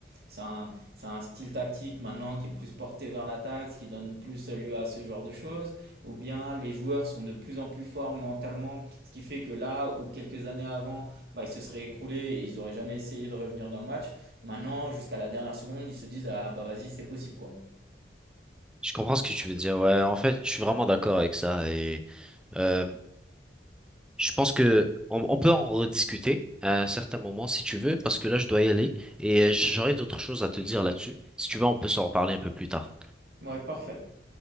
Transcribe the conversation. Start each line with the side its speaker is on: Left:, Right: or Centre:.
Right: c'est un, c'est un style tactique maintenant qui est plus porté vers l'attaque, ce qui donne plus lieu à ce genre de choses ou bien les joueurs sont de plus en plus forts mentalement, ce qui fait que là, ou quelques années avant, bah, ils se seraient écroulés et ils n'auraient jamais essayé de revenir dans le match. Maintenant, jusqu'à la dernière seconde, ils se disent Ah bah vas-y, c'est possible quoi.
Centre: Je comprends ce que tu veux dire. Ouais, en fait, je suis vraiment d'accord avec ça. Et euh, je pense que on, on peut en rediscuter à un certain moment si tu veux, parce que là, je dois y aller et euh, j'aurai d'autres choses à te dire là-dessus. Si tu veux, on peut s'en reparler un peu plus tard.
Right: Ouais, parfait.